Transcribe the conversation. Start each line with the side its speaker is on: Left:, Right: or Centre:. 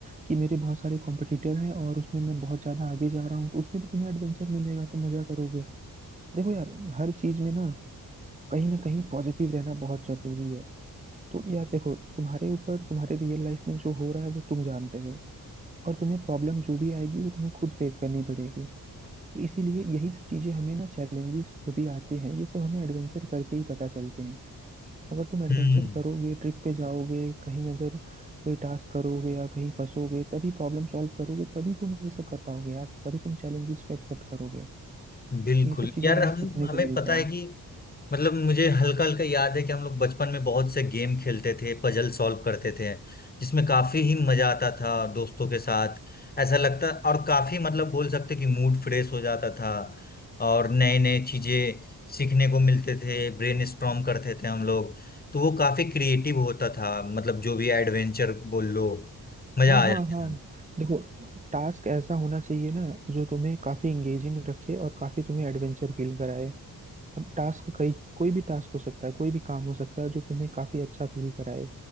Right: कि मेरे बहुत सारे कॉम्पिटिटर हैं और उसमें मैं बहुत ज्यादा आगे जा रहा हूँ तो उसमें भी तुम्हें एडवेंचर मिलेगा तुम मजा करोगे देखो यार हर चीज में ना कहीं ना कहीं पॉजिटिव रहना बहुत जरूरी है तो यार देखो तुम्हारे ऊपर तुम्हारे रियल लाइफ में जो हो रहा है वो तुम जान रहे हो और तुम्हें प्रॉब्लम जो भी आएगी वो तुम्हें खुद फेस करनी पड़ेगी तो इसीलिए यही सब चीजें हमें ना चैलेंजेस जो भी आते हैं ये सब हमें एडवेंचर करके ही पता चलते हैं अगर तुम एडवेंचर
Left: हम्म
Right: करोगे ट्रिप पे जाओगे कहीं अगर कोई टास्क करोगे या कहीं फंसोगे तभी प्रॉब्लम सॉल्व करोगे तभी तुम ये सब कर पाओगे यार तभी तुम चैलेंजेस को एक्सेप्ट करोगे
Left: <laughs>
Right: तो
Left: बिल्कुल
Right: ये सब चीजें
Left: यार
Right: हमें
Left: हम
Right: सीखने
Left: हमें
Right: को मिलता
Left: पता है
Right: है
Left: कि मतलब मुझे हल्का हल्का याद है कि हम लोग बचपन में बहुत से गेम खेलते थे पजल सॉल्व करते थे जिसमें काफी ही मजा आता था दोस्तों के साथ ऐसा लगता और काफी मतलब बोल सकते कि मूड फ्रेश हो जाता था और नए नए चीजें सीखने को मिलते थे ब्रेन स्ट्रॉम करते थे हम लोग तो वो काफी क्रिएटिव होता था मतलब जो भी एडवेंचर बोल लो मजा
Right: हाँ
Left: आ
Right: हाँ
Left: जाता
Right: हाँ
Left: था
Right: देखो टास्क ऐसा होना चाहिए ना जो तुम्हें काफी इंगेजिंग रखे और काफी तुम्हें एडवेंचर फील कराए अब टास्क कई कोई भी टास्क हो सकता है कोई भी काम हो सकता है जो तुम्हें काफी अच्छा फील कराए